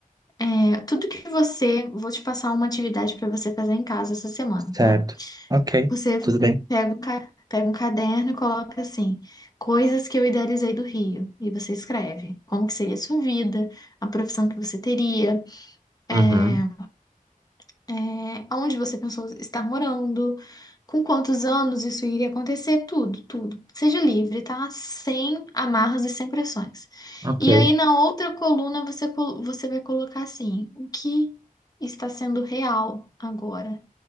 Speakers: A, on the left; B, on the right.
A: é, tudo que você. Vou te passar uma atividade para você fazer em casa essa semana,
B: Certo.
A: tá?
B: Ok.
A: Você
B: Tudo bem.
A: pega um, ca- pega um caderno e coloca assim: coisas que eu idealizei do Rio. E você escreve como que seria a sua vida, a profissão que você teria. é,
B: Uhum.
A: é, aonde você pensou estar morando, com quantos anos isso iria acontecer, tudo, tudo. Seja livre, tá? Sem amarras e sem pressões.
B: Ok.
A: E aí na outra coluna você, col- você vai colocar assim, o que está sendo real agora?